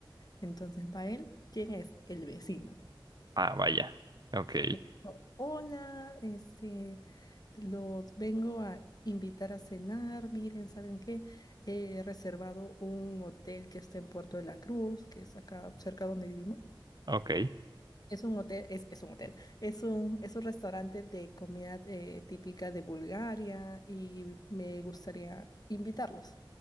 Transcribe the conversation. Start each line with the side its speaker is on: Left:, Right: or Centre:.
Left: Entonces va él, ¿quién es? El vecino.
Right: Ah, vaya. Ok,
Left: Me dijo, hola, este, los vengo a invitar a cenar, miren, ¿saben qué? He reservado un hotel que está en Puerto de la Cruz, que es acá cerca donde vivimos.
Right: ok.
Left: Es un hotel, es, es un hotel, es un, es un restaurante de comida eh, típica de Bulgaria y me gustaría invitarlos.